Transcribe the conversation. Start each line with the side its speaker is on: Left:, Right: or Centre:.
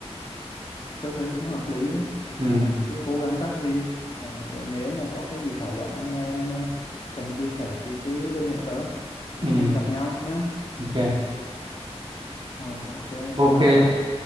Left: Tớ thấy cũng hợp lý đấy.
Right: ừ,
Left: Ờ, cứ cố gắng phát huy. Ờ, rồi nếu mà có cái gì thảo luận anh em ờ, cần chia sẻ thì cứ liên hệ tớ. Mấy
Right: ừ,
Left: anh em gặp nhau nhé.
Right: ok
Left: Rồi, ok, bye
Right: ok
Left: bye cậu.